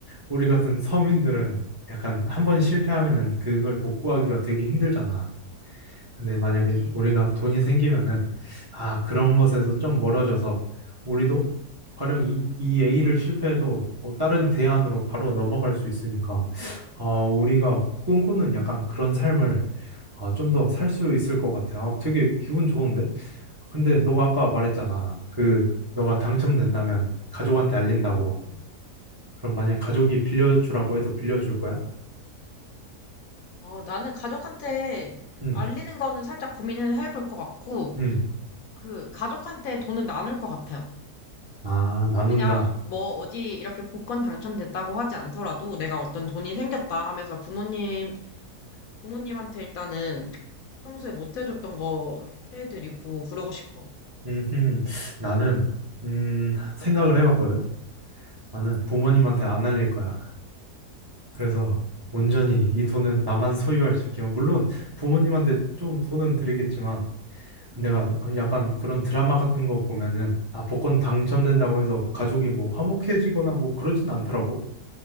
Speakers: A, on the right; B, on the left.
A: 우리 같은 서민들은 약간 한 번 실패하면은 그걸 복구하기가 되게 힘들잖아. 근데 만약에
B: 맞지?
A: 우리가 돈이 생기면은 아, 그런 것에서 좀 멀어져서 우리도 가령 이, 이 A를 실패해도 어, 다른 대안으로 바로 넘어갈 수 있으니까 아, 우리가 꿈꾸는 약간 그런 삶을 아, 좀 더 살 수 있을 것 같아. 아, 되게 기분 좋은데? 근데 너가 아까 말했잖아. 그, 너가 당첨된다면 가족한테 알린다고.
B: 음.
A: 그럼 만약에 가족이 빌려주라고 해도 빌려줄 거야?
B: 어, 나는 가족한테
A: 응,
B: 알리는 거는 살짝 고민을 해볼 것 같고,
A: 응.
B: 그 가족한테 돈은 나눌 것 같아요.
A: 아, 나눈다.
B: 그냥 뭐 어디 이렇게 복권 당첨됐다고 하지 않더라도 내가 어떤 돈이 생겼다 하면서 부모님 부모님한테 일단은 평소에 못 해줬던 거 해드리고 그러고 싶어.
A: 음, 나는, 음, 생각을 해봤거든? 나는
B: 음,
A: 부모님한테 안 알릴 거야. 그래서 온전히 이 돈은 나만 소유할 수 있게. 물론 부모님한테 좀 돈은 드리겠지만, 내가
B: 음,
A: 약간 그런 드라마 같은 거 보면은 아 복권 당첨된다고
B: 음.
A: 해서 가족이 뭐 화목해지거나 뭐 그러진 않더라고.